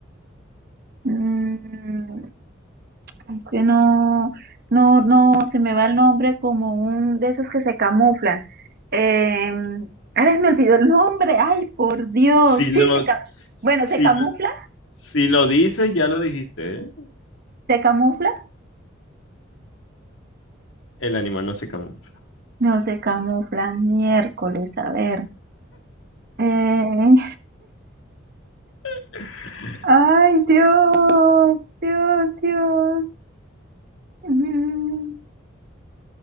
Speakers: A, on the right; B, on the left.
A: Mm, es que no, no, no, se me va el nombre como un de esos que se camuflan. Em, ay, me olvidó el nombre, ay, por Dios,
B: Si lo,
A: sí, se ca-
B: si,
A: bueno, se camufla,
B: si lo dices, ya lo dijiste, ¿eh?
A: se camufla
B: El animal no se camufla.
A: No se camuflan, miércoles, a ver. Eh,
B: <laughs>
A: ay, Dios, Dios, Dios. Mm,